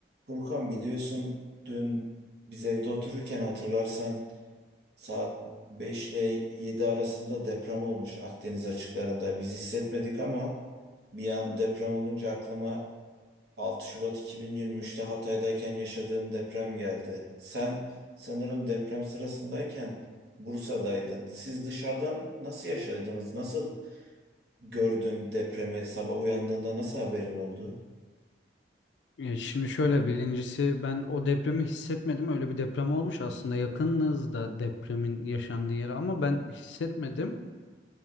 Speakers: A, on the right; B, on the left.
A: Furkan biliyorsun dün biz evde otururken hatırlarsan saat 5 ile 7 arasında deprem olmuş Akdeniz açıklarında. Biz hissetmedik ama bir an deprem olunca aklıma 6 Şubat 2023'te Hatay'dayken yaşadığım deprem geldi. Sen sanırım deprem sırasındayken Bursa'daydın. Siz dışarıdan nasıl yaşadınız? Nasıl gördün depremi? Sabah uyandığında nasıl haberin oldu?
B: E, Şimdi şöyle birincisi ben o depremi hissetmedim. Öyle bir deprem olmuş aslında yakınız da depremin yaşandığı yere ama ben hissetmedim.